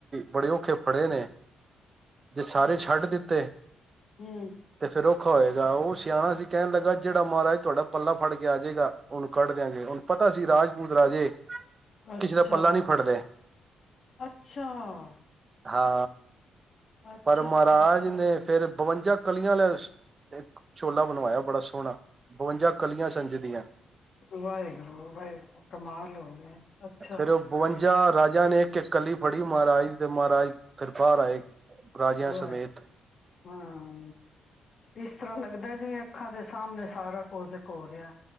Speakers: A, on the right; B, on the left.
A: ਬੜੇ ਔਖੇ ਫੜ੍ਹੇ ਨੇ ਜੇ ਸਾਰੇ ਛੱਡ ਦਿ- ਤੇ-
B: ਹਮ-
A: ਫੇਰ ਔਖਾ ਹੋਏਗਾ ਉਹ ਸਿਆਣਾ ਸੀ ਕਹਿਣ ਲੱਗਾ ਜਿਹੜਾ ਮਹਾਰਾਜ ਤੁਹਾਡਾ ਪੱਲਾ ਫੜ ਕੇ ਆ ਜਾਏਗਾ ਉਹਨੂੰ ਕੱਢ ਦਿਆਂਗੇ ਉਹਨੂੰ ਪਤਾ ਸੀ ਰਾਜਪੂਤ ਰਾਜੇ-
B: ਅੱਛਾ-
A: ਕਿਸੇ ਦਾ ਪੱਲਾ ਨਹੀਂ ਫੜਦੇ
B: ਅੱ ਅੱਛਾ-
A: ਹਾਂ
B: ਅੱਛਾ,
A: ਪਰ ਮਹਾਰਾਜ
B: ਅੱਛਾ, ਅੱਛਾ।
A: ਨੇ ਫੇਰ- ਬਵੰਜਾ ਕਲੀਆਂ ਆਲ਼ਾ ਇੱਕ ਛੋਲਾ ਬਣਵਾਇਆ ਬੜਾ ਸੋਹਣਾ- ਬਵੰਜਾ ਕਲੀਆਂ ਸੰਜ ਦੀਆਂ
B: ਵਾਹਿਗੁਰੂ ਵਾਹਿਗੁਰੂ ਕਮਾਲ ਹੋਵੇ ਅੱਾ
A: ਸਿਰਫ ਬ ਵਧ ਰਾਜ ਰਾਜਾ ਨੇ ਇੱਕ ਇਕੱਲੀ ਫੜੀ ਮਹਾਰਾਜ ਤੇ ਮਹਾਰਾਜ ਫਿਰ ਬਾਹਰ ਆਏ ਰਾਜਿਆਂ
B: ਉਹ
A: ਸਮੇਤ
B: ਹੈ ਹਾਂ ਇਸ ਤਰ੍ਹਾਂ ਲੱਗਦਾ ਦਾ ਜਿਵੇਂ ਅੱਖਾਂ ਦੇ ਸਾਹਮਣੇ ਸਾਰਾ ਕੋ ਤੇ ਘ ਰਿਹਾ